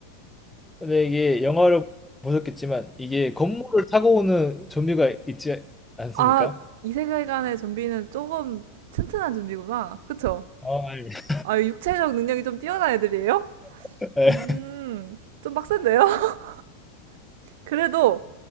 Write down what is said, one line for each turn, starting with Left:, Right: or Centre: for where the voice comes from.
Centre: 근데 이게 영화를 보셨겠지만 이게 건물을 타고 오는 좀비가 있지 않습니까?
Right: 아, 이 세계관의 좀비는 조금 튼튼한 좀비구나. 그쵸?
Centre: 아, 예.
Right: 아, 육체적 능력이 좀 뛰어난 애들이에요?
Centre: 네.
Right: 음, 좀 빡센데요? <laughs> 그래도